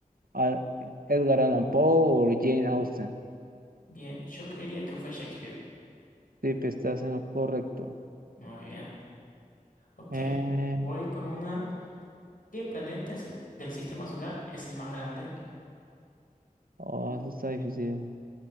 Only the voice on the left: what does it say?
Bien, yo creería que fue Shakespeare.
Muy bien. Ok,
voy con una. ¿Qué planeta es el- del sistema solar es el más grande?